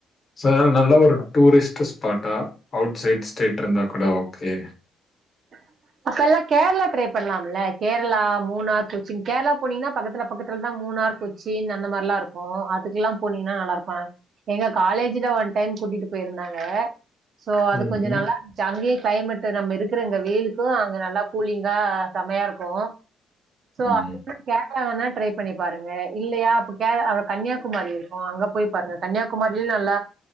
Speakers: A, on the left; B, on the right.
A: சார் நல்ல ஒரு டூரிஸ்ட் ஸ்பாட்டா அவுட் சைட் ஸ்டேட் இருந்தா கூட ஓகே
B: ஆஹ அப்ப எல்லாம் கேரளா ட்ரை பண்ணலாம்லா கேரளா மூணார் கொச்சின் கேரளா போனீங்கனா பக்கத்துல பக்கதுல தான் மூணு மூணார் கொச்சின் அந்த மாரிலாம் இருக்கு அதுக்கெல்லாம் போனீங்கன்னா நல்லா இருக்கு எங்க காலேஜ்ல ஒன் டைம் கூட்டிட்டு போயிருந்தாங்க சோ அது
A: ம்ஹ்ம்.
B: கொஞ்சம் நல்லா இருந்துச்சி அங்கேயும் கிளைமேட் நம்ம இருக்கு இருக்குறங்க வெயிலுக்கு அங்க நல்லா கூலிங்கா செமையா இருக்கும் சோ அந்த
A: ம்.
B: சைட் கேரளா வேற எதுனா ட்ரை பண்ணி பாருங்க இல்லையா அப்ப கேரளா கன்னியாகுமரி இருக்கும் அங்க போய் பாருங்க கன்னியாகுமரி நல்ல